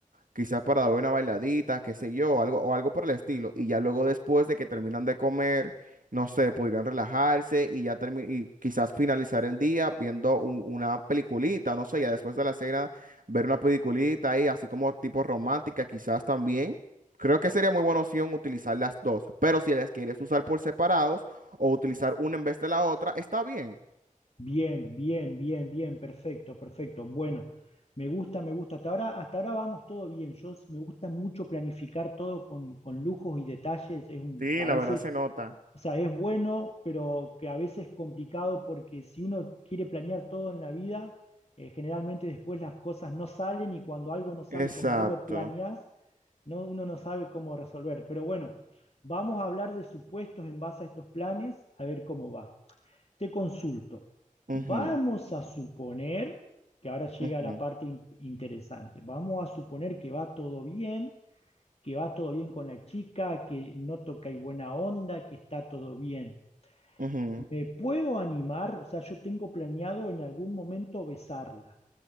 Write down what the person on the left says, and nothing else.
Bien, bien, bien, bien, perfecto, perfecto. Bueno, me gusta, me gusta. Hasta ahora, hasta ahora vamos todo bien. Yo s- me gusta mucho planificar todo con, con lujos y detalles. Es un,
a
veces
O sea, es bueno, pero que a veces es complicado porque si uno quiere planear todo en la vida, eh, generalmente después las cosas no salen y cuando algo no sale
como vos lo planeás, no, uno no sabe cómo resolver. Pero bueno, vamos a hablar de supuestos en base a estos planes, a ver cómo va. Te consulto. Vamos
a suponer, que ahora llega
la parte in- interesante, vamos a suponer que va todo bien, que va todo bien con la chica, que no toca y buena onda, que está todo bien.
¿Me puedo animar? O sea, yo tengo planeado en algún momento besarla.